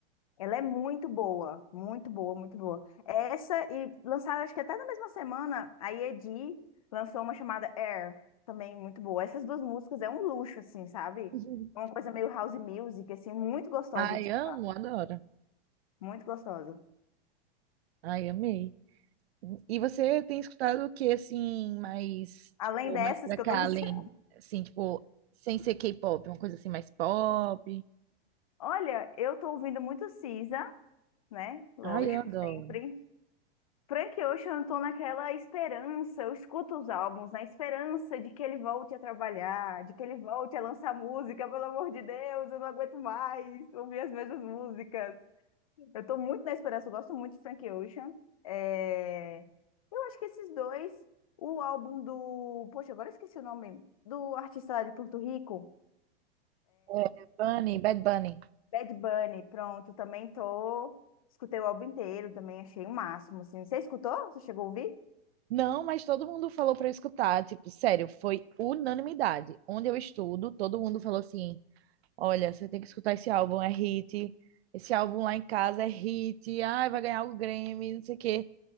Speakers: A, on the left; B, on the right.
A: Ela é muito boa, muito boa, muito boa. Essa e lançaram, acho que até na mesma semana, a Yedi lançou uma chamada Air, também muito boa. Essas duas músicas é um luxo, assim, sabe?
B: Uhum.
A: É Uma coisa meio house music, assim, muito gostosa
B: Ai,
A: de escutar,
B: amo, adoro.
A: muito gostosa.
B: Ai, amei. E você tem escutado o que, assim, mais,
A: Além
B: tipo,
A: dessas
B: mais pra
A: que
B: cá,
A: eu tô viciada.
B: além, assim, tipo, sem ser K-pop, uma coisa assim mais pop?
A: <laughs> Olha, eu tô ouvindo muito Cisa, né? Lógico,
B: Ai, eu adoro.
A: sempre. Frank Ocean, eu tô naquela esperança, eu escuto os álbuns na esperança de que ele volte a trabalhar, de que ele volte a lançar música, pelo amor de Deus, eu não aguento mais ouvir as mesmas músicas. Eu tô muito na esperança, eu gosto muito de Frank Ocean. É, Eu acho que esses dois, o álbum do. Poxa, agora eu esqueci o nome. Do artista lá de Porto Rico.
B: É, Bunny, Bad Bunny.
A: Bad Bunny, pronto, também tô. Escutei o álbum inteiro, também achei o máximo, assim. Você escutou? Você chegou a ouvir?
B: Não, mas todo mundo falou pra eu escutar, tipo, sério, foi unanimidade. Onde eu estudo, todo mundo falou assim: "Olha, você tem que escutar esse álbum, é hit. Esse álbum lá em casa é hit. Ai, vai ganhar o Grammy, não sei o quê".